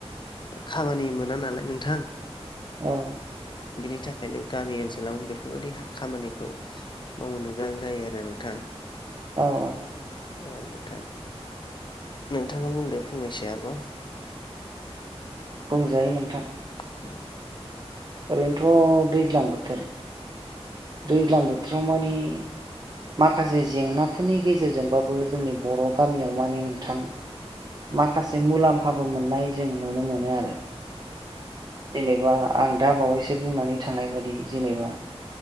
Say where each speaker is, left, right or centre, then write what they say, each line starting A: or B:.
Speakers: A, on the left (about 45°); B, on the right (about 40°).
A: खामानि मोना नालाय नोंथां
B: औ
A: बिनि थाखायनो गामि ओनसोलावनो बेफोरबायदि खामानिखौ मावहनो गोनां जायो आरो नोंथां
B: औ औ
A: औ नोंथां नोंथाङा बुंदो फंनैसो आरोबाव
B: बुंजायो नोंथां
A: <inaudible>
B: ओरैनोथ' दैज्लां बोथोर, दैज्लां बोथोराव माने माखासे जेंनाफोरनि गेजेरजोंबाबो जोंनि बर' गामियाव माने नोंथां माखासे मुलाम्फाबो मोननाय जों नुनो मो नो आरो जेनेबा आं दा बावैसो बुंनानै थांनाय बायदि जेनेबा